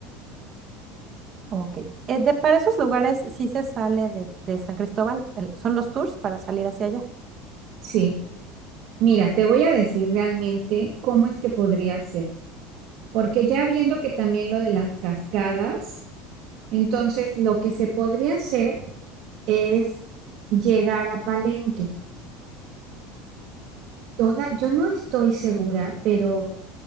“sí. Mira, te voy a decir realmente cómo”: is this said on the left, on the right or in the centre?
Right